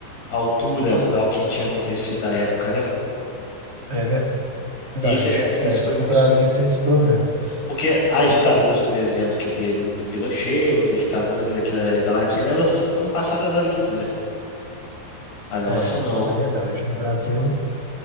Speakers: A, on the left; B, on the right.
A: À altura ao que tinha acontecido na época, né?
B: É verdade.
A: Isso é,
B: É,
A: isso foi,
B: o Brasil
A: isso foi.
B: tem esse problema.
A: ah. Porque as ditaduras, por exemplo, que teve no- do Pinochet, outras ditaduras aqui na América Latina, elas foram passadas a limpo, né? A nossa
B: É,
A: não.
B: é verdade. No Brasil,